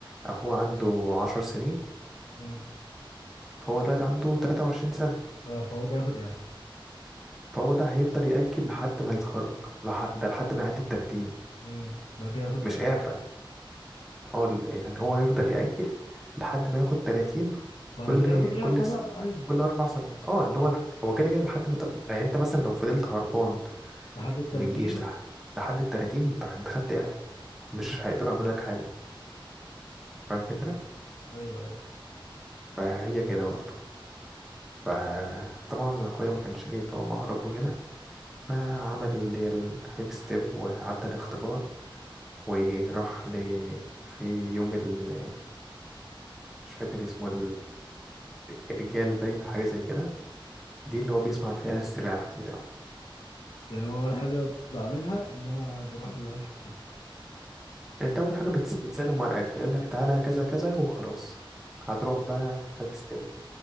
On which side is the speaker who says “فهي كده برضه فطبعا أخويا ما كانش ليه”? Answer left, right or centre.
Centre